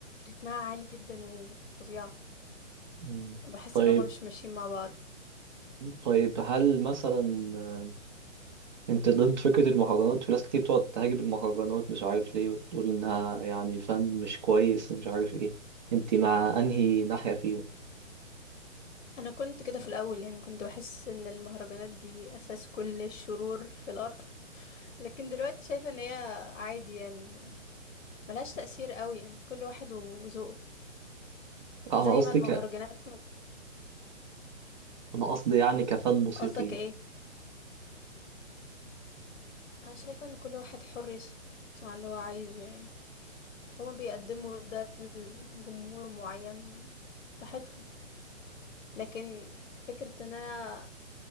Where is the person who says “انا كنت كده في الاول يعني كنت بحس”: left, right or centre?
Left